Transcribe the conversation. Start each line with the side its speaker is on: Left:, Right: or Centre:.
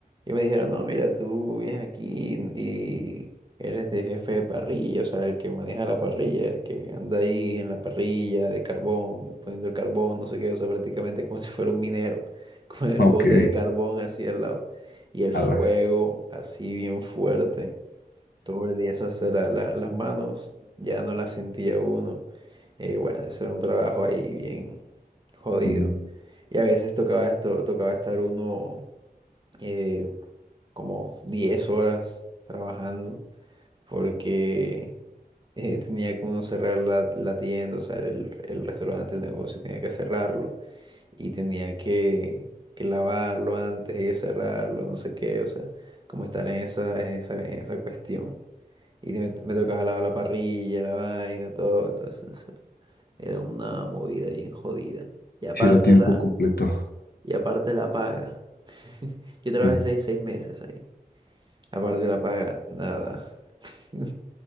Right: y me dijeron, no, mira, tú vienes aquí y eres de jefe de parrilla, o sea, el que maneja la parrilla, el que anda ahí en la parrilla de carbón, poniendo el carbón, no sé qué, o sea, prácticamente como <laughs> si fuera un minero, <laughs> con el
Left: ok,
Right: bote de carbón así al lado y el fuego
Left: ala.
Right: así bien fuerte. Todo el día eso hacer la- la- las manos, ya no las sentía uno. Eh, bueno, eso era un trabajo ahí bien jodido.
Left: Como
Right: Y a veces tocaba esto, tocaba estar uno eh, como 10 horas trabajando porque eh, tenía que uno cerrar la, la tienda, o sea, el, el restaurante, el negocio, tenía que cerrarlo y tenía que, que lavarlo antes y cerrarlo, no sé qué, o sea, como estar en esa, en esa, en esa cuestión. Y me, me tocaba lavar la parrilla, la vaina, todo, entonces era una movida bien jodida. Y aparte
Left: Si era tiempo
Right: la,
Left: completo.
Right: y aparte la paga. <laughs> Yo trabajé
Left: No,
Right: seis, seis meses ahí. Aparte de la paga, nada. <laughs>